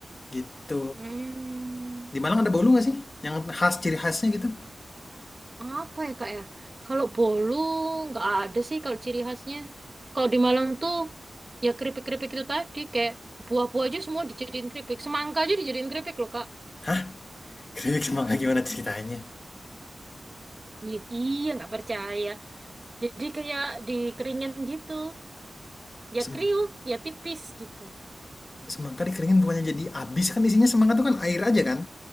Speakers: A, on the left; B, on the right.
A: gitu.
B: Hmm,
A: Di Malang ada bolu nggak sih? Yang khas ciri khasnya gitu?
B: Apa ya kak ya? Kalau bolu nggak ada sih kalau ciri khasnya. Kalau di Malang tuh ya keripik-keripik itu tadi kayak buah-buah aja semua dijadiin keripik. Semangka aja dijadiin keripik loh kak.
A: Hah? Keripik semangka <laughs> gimana ceritanya?
B: Iya, iya nggak percaya. Jadi kayak dikeringin gitu. Ya
A: Semangka.
B: kriuk, ya tipis gitu.
A: Semangka dikeringin bukannya jadi abis kan isinya semangka tuh kan air aja kan?